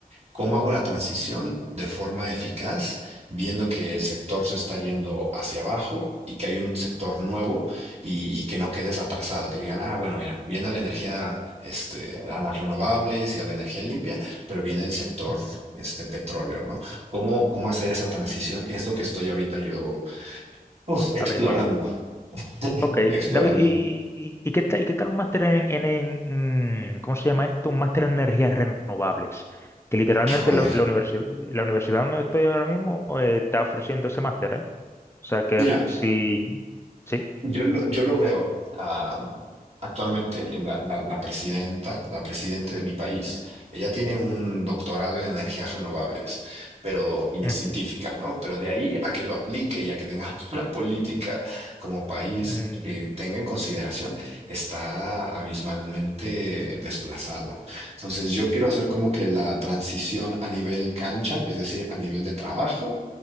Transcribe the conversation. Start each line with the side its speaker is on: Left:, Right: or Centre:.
Right: ¿Cómo hago la transición de forma eficaz, viendo que el sector se está yendo hacia abajo y que hay un sector nuevo y, y que no quedes atrasado? Que digan, ah, bueno, mira, viene la energía, este, a las renovables y a la energía limpia, pero viene el sector,
Left: ujú.
Right: este, petróleo, ¿no? ¿Cómo, cómo hacer esa transición? Es lo que estoy ahorita yo Uf,
Left: Averiguando.
Right: explorando, <laughs>
Left: Ok,
Right: explorando.
Left: David, ¿y, y- y qué tal, y qué tal un máster en, en- en, mm, ¿cómo se llama esto? Un máster en energías renovables, que literalmente
Right: Híjole,
Left: la, la universi- la universidad donde estoy ahora mismo eh, está ofreciendo ese máster, ¿eh? O sea que
Right: mira,
Left: sí, sí,
Right: Yo lo, yo lo veo ah, actualmente en la, la- la presidenta, la presidenta de mi país. Ella tiene un doctorado en energías renovables, pero y
Left: ujú,
Right: es científica, ¿no? Pero de ahí a que lo aplique y a que tengamos <laughs> una política como país
Left: ujú.
Right: que tenga en consideración, está abismalmente desplazado. Entonces, yo quiero hacer como que la transición a nivel cancha, es decir, a nivel de trabajo.